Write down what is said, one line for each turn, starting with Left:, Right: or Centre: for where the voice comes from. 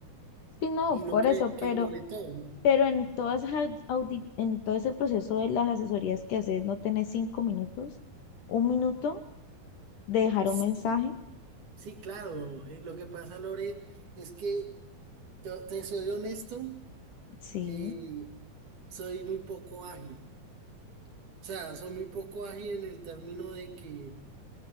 Left: Sí, no,
Right: Y no
Left: por
Right: cree
Left: eso, pero,
Right: que ignore todo, ¿no?
Left: pero en todas esas audi- en todo ese proceso de las asesorías que haces, no tenés cinco minutos, un minuto de dejar
Right: Sí,
Left: un mensaje.
Right: sí, claro. eh, lo que pasa, Lore, es que te, te soy honesto,
Left: Sí,
Right: eh, soy muy poco ágil. O sea, soy muy poco ágil en el término de que